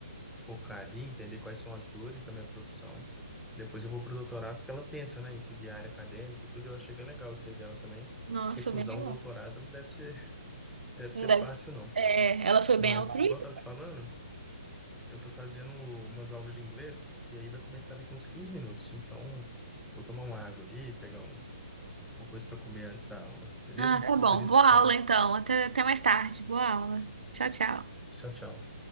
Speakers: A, in the centre; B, on the right (about 80°).
A: focar ali, entender quais são as dores da minha profissão. Depois eu vou para o doutorado, porque ela pensa, né, em seguir a área acadêmica, tudo. Eu achei bem legal isso aí dela também.
B: Nossa,
A: Recusar
B: bem legal.
A: um doutorado não deve ser, <laughs> deve ser
B: Ainda-
A: fácil, não.
B: É, ela foi
A: Mas,
B: bem altruísta.
A: igual eu estava te falando, eu estou fazendo umas aulas de inglês e aí vai começar daqui uns 15 minutos. Então, vou tomar uma água ali, pegar um- uma coisa para comer antes da aula, beleza?
B: Ah, tá
A: Depois
B: bom.
A: a
B: Boa
A: gente se fala.
B: aula, então. Até, até mais tarde. Boa aula. Tchau, tchau.
A: Tchau, tchau.